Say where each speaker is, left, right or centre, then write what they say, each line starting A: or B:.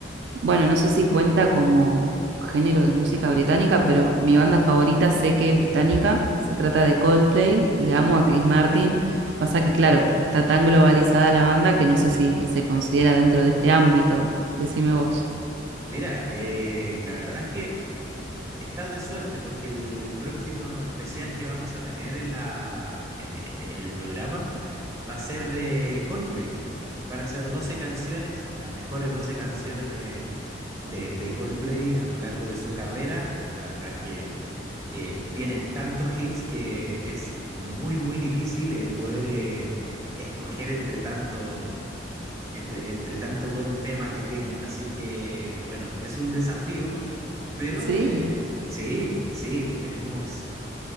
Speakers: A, on the right; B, on the right.
A: Bueno, no sé si cuenta como género de música británica, pero mi banda favorita sé que es británica. Se trata de Coldplay y amo a Chris Martin. Pasa que, claro, está tan globalizada la banda que no sé si se considera dentro de este ámbito. Decime vos.
B: Mira, eh, la verdad es que estás de suerte porque el próximo especial que vamos a tener en la, en, en- en el programa va a ser de Coldplay. Van a ser 12 canciones, las mejores 12 canciones de, de, de Coldplay a lo largo de su carrera. La verdad es que eh, tienen tantos hits que es muy, muy difícil el poder eh, escoger entre tanto, entre, entre tanto buen tema que tienen. Así que, bueno, es un desafío, pero
A: Sí,
B: eh, sí, sí, tenemos